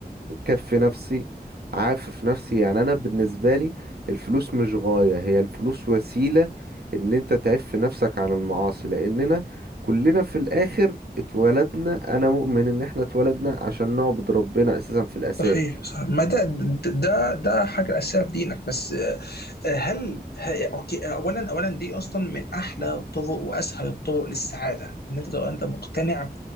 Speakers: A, on the right; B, on the left.
A: مكفي نفسي عافف نفسي يعني انا بالنسبه لي الفلوس مش غايه هي الفلوس وسيله ان انت تعف نفسك عن المعاصي لاننا كلنا في الاخر اتولدنا انا مؤمن ان احنا اتولدنا عشان نعبد ربنا اساسا في الاساس
B: صحيح صحيح ما ده ده ده حاجه اساسيه في دينك بس آه، هل ه- اوكي اولا اولا دي اصلا من احلى الطرق واسهل الطرق للسعاده ان انت تبقى انت مقتنع